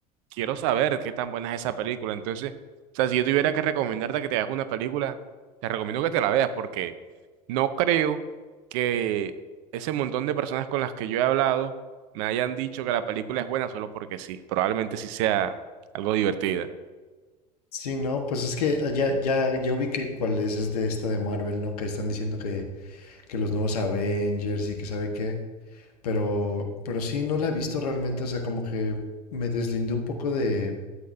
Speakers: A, on the right; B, on the left.
A: quiero saber qué tan buena es esa película. Entonces, o sea, si yo tuviera que recomendarte que te veas una película, te recomiendo que te la veas, porque no creo que ese montón de personas con las que yo he hablado me hayan dicho que la película es buena solo porque sí, probablemente sí sea algo divertida.
B: Sí, no, pues es que eh, ya, ya, ya ubiqué cuál es, es de esta de Marvel, ¿no? Que están diciendo que, que los nuevos Avengers y que sabe qué. Pero, pero sí, no la he visto realmente. O sea, como que me deslindé un poco de